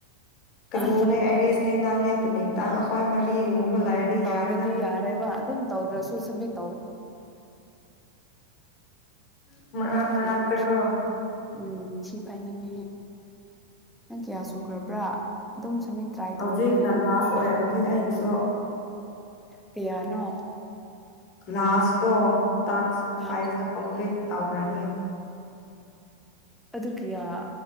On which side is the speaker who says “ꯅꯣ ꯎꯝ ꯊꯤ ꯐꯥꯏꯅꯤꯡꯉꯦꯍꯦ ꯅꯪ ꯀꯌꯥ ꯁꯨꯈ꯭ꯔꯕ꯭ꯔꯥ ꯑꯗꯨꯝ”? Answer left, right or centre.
Centre